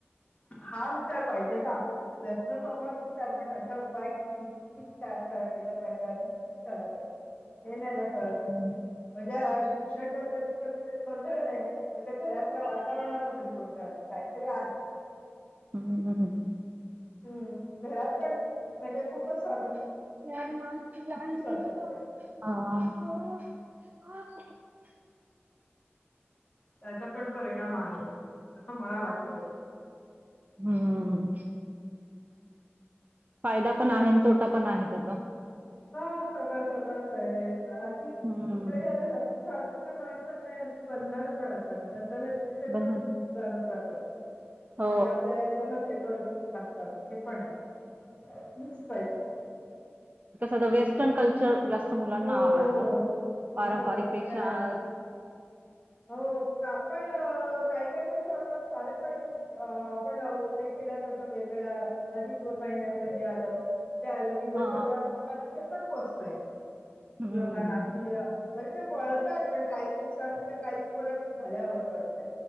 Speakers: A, on the left; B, on the right.
A: <inaudible> ह <inaudible> हा विचार पाहिजे ना प्रश्न सव विस्तार पण त्याचा उपाय किती किती विचार <inaudible> जे नाही कत
B: हं.
A: म्हणजे शिक्षण पद्धतीमध्ये तरी गोंधळ आहे तर त्या घरातल्या वातावरणाचा तरी गोंधळ आहे काहीतरी आहे ह <inaudible>
B: हा <inaudible>
A: <inaudible> हम्म घरात पण म्हणजे खूपच स्वतः
B: <inaudible>
A: स्वातंत्र्य
B: मा
A: त्याचा पण परिणाम आहे असं मला वाटत त <inaudible>
B: हम <inaudible> फायदा पण आहे तोटा पण आहे त्याचा <inaudible>
A: <inaudible> हा सगळं सगळंच आहे अति
B: हं.
A: कुठल्या याला अति स्वातंत्र्य असताना नाही अ बंधन पण असतना बंधन दिली तरी
B: बंधन
A: पण मुली जुगारून जातात <inaudible>
B: हो
A: म्हध आपल्याला एकदमच हे करून टाकतात हे पण आहे मिक्स पाहिजे <inaudible>
B: आता वेस्टर्न कल्चर जास्त मुलांना
A: हो
B: आवडत
A: हो
B: पारंपारिक
A: हो,
B: पेक्षा
A: ते आहे
B: <inaudible>
A: हो पण काय काय गोष्ट फारंार पण आपणख तस वेगळा अधिक महिन्याच हे आलं त्या व्हिडिओच्या
B: हा
A: द्वारे लोकांना ते पण पोहोचताय
B: हम्म
A: <inaudible> लोकांना कि म्हर ते वळतात पण काही दिवसांनी क काही उपर झाल्यावर वळतात